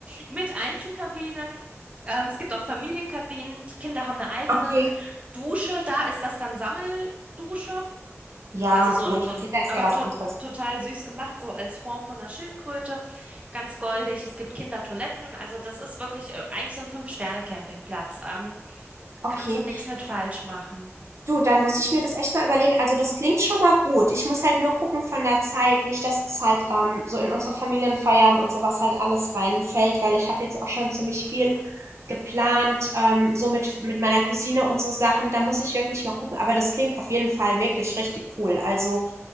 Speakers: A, on the right; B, on the right.
A: mit Einzelkabinen. Ähm, es gibt auch Familienkabinen. Die Kinder haben eine eigene
B: Okay.
A: Dusche. Da ist das dann Sammeldusche.
B: Ja,
A: Also so
B: gut.
A: ein, so
B: Für
A: ein,
B: Kinder ist
A: aber
B: ja was
A: to
B: anderes.
A: total süß gemacht, so als Form von einer Schildkröte. Ganz goldig. Es gibt Kindertoiletten. Also das ist wirklich äh, eigentlich so ein Fünf-Sterne-Campingplatz. Ähm,
B: Okay.
A: kannst du nichts mit falsch machen.
B: Du, dann muss ich mir das echt mal überlegen. Also das klingt schon mal gut. Ich muss halt nur gucken von der Zeit, nicht, dass das halt ähm, so in unsere Familienfeiern und sowas halt alles reinfällt, weil ich habe jetzt auch schon ziemlich viel geplant, ähm, so mit, mit meiner Cousine und so Sachen. Da muss ich wirklich mal gucken. Aber das klingt auf jeden Fall wirklich richtig cool. Also